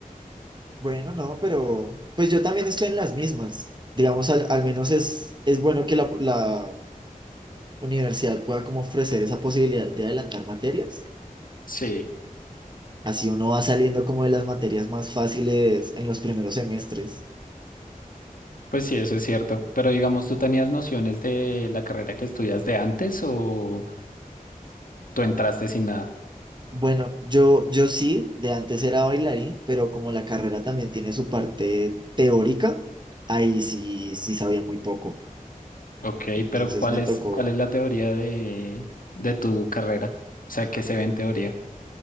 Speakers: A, on the right; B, on the left.
A: Bueno, no, pero pues yo también estoy en las mismas. Digamos, al, al menos es, es bueno que la, la universidad pueda como ofrecer esa posibilidad de adelantar materias.
B: Sí,
A: Así uno va saliendo como de las materias más fáciles en los primeros semestres.
B: pues sí, eso es cierto. Pero digamos, ¿tú tenías nociones de la carrera que estudias de antes o tú entraste sin nada?
A: Bueno, yo, yo sí, de antes era bailarín, pero como la carrera también tiene su parte teórica, ahí sí, sí sabía muy poco.
B: Ok,
A: Entonces
B: pero ¿cuál
A: me
B: es,
A: tocó.
B: cuál es la teoría de, de tu carrera? O sea, ¿qué se ve en teoría?